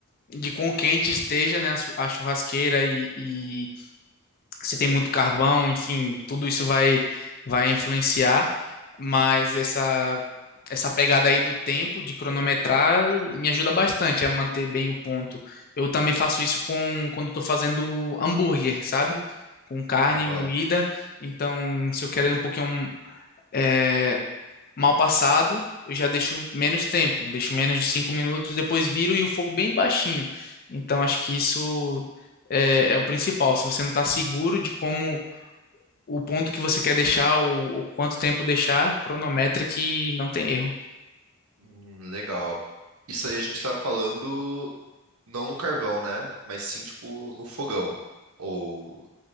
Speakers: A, on the left; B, on the right.
A: de quão quente esteja, né, a, chu- a churrasqueira e, e se tem muito carvão, enfim, tudo isso vai, vai influenciar, mas essa, essa pegada aí do tempo, de cronometrar, me ajuda bastante a manter bem o ponto. Eu também faço isso com, quando estou fazendo hambúrguer, sabe? Com carne
B: Aham.
A: moída, então se eu quero ele um pouquinho é, mal passado, eu já deixo menos tempo, deixo menos de cinco minutos, depois viro e o fogo bem baixinho. Então acho que isso é, é o principal. Se você não está seguro de como o ponto que você quer deixar ou, ou quanto tempo deixar, cronometra que não tem erro.
B: Hum, legal. Isso aí a gente tá falando não no carvão, né? Mas sim, tipo, no fogão. Ou,